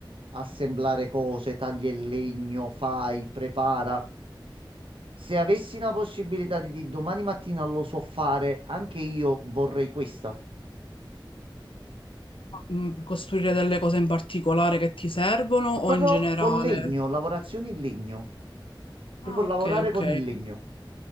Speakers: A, on the right; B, on the left.
A: assemblare cose, tagli il legno, fai, prepara. Se avessi una possibilità di dire domani mattina lo so fare, anche io vorrei questa.
B: Mm, Costruire delle cose in particolare che ti servono o
A: Proprio
B: in generale?
A: con legno, lavorazioni in legno. Proprio
B: Ah,
A: lavorare
B: ok, ok.
A: con il legno.